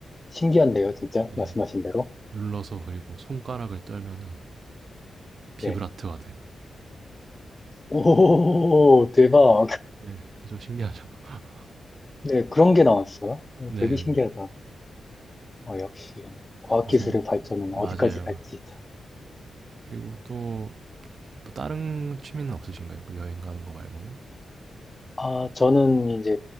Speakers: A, on the left; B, on the right.
A: 신기한데요, 진짜?
B: 네.
A: 말씀하신 대로?
B: 눌러서 그리고 손가락을 떨면은 비브라트가
A: 네.
B: 돼요.
A: 오, 대박.
B: 네, 그죠 신기하죠. <laughs>
A: 네, 그런 게 나왔어요. 어,
B: 네,
A: 되게 신기하다. 어, 역시 과학기술의
B: 요새
A: 발전은
B: 맞아요.
A: 어디까지 갈지. 참.
B: 그리고 또뭐 다른 취미는 없으신가요? 뭐 여행 가는 거 말고는?
A: 아, 저는 이제